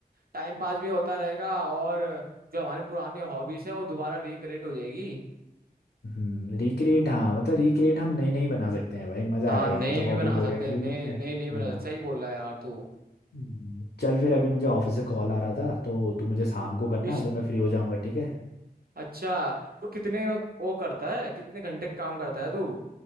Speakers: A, on the right; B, on the left.
A: टाइम पास भी होता रहेगा और जो हमारे पुरानी हॉबीज है वो दोबारा रिक्रिएट हो जाएगी
B: हम्म रिक्रिएट हाँ मतलब रिक्रिएट हम नई नई बना सकते हैं भाई मजा
A: हाँ
B: आएगा
A: नए
B: मतलब
A: भी
B: हॉबीज
A: बना
B: वगैरह
A: सकते
B: अभी
A: हैं नए
B: कहते हैं
A: नए नहीं बना
B: हाँ
A: सकते सही बोल रहा है यार तू
B: हम्म, चल फिर अभी मुझे ऑफिस से कॉल आ रहा था तो तू मुझे शाम को करना
A: इस
B: जब मैं फ्री हो जाऊंगा ठीक है
A: अच्छा तू कितने वो करता है कितने घंटे काम करता है तू